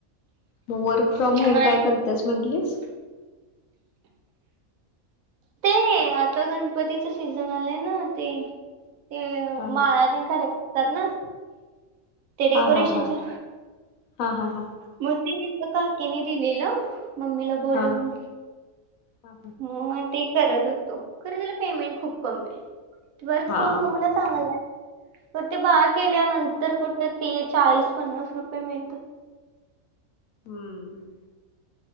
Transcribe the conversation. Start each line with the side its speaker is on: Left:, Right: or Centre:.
Left: मग वर्क फ्रॉम होम
Right: मग आणि
Left: काय करतेस म्हंटलीस?
Right: ते आता गणपतीच सीझन आलंय ना ते ते
Left: हा
Right: माळा
Left: हा
Right: ते खर करतात ना ते डेकोरेशनच्या
Left: हां हां हां, हां हां हां.
Right: म ते एक काक्याने दिलेला मममीला बोलून
Left: हा. हा हा
Right: म ते करत होतो खरं त्याला पेमेंट खूप कमी आहे वर्क
Left: हा
Right: फ्रॉम होमला चांगला आहे तर ते बारा केल्यानंतर कुठे ती चाळीस पन्नास रुपये मिळत
Left: हम्म